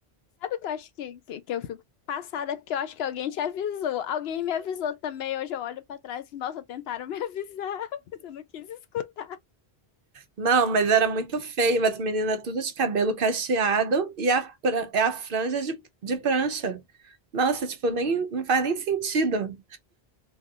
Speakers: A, on the left; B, on the right.
A: Sabe o que eu acho que, que, que eu fico passada? É porque eu acho que alguém te avisou. Alguém me avisou também. Hoje eu olho pra trás e, nossa, tentaram me <laughs> avisar, mas eu não quis escutar.
B: Não, mas era muito feio, as meninas tudo de cabelo cacheado e a, pra- é a franja de, de prancha. Nossa, tipo, nem, não faz nem sentido.